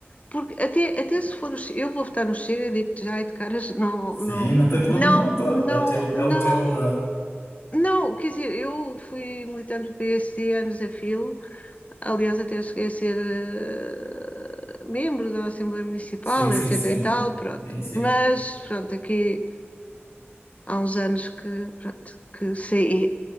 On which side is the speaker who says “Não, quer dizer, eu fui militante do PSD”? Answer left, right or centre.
Left